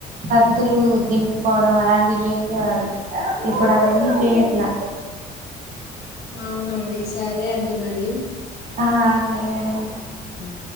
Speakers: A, on the right; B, on the left.
A: కత్తులు దింపుకోవడం అలాంటివి చేసేవారు ఇప్పుడు అవన్నీ చేయట్లా
B: అవునండి సరే అండి మరి
A: ఆ సరే అండి
B: మ్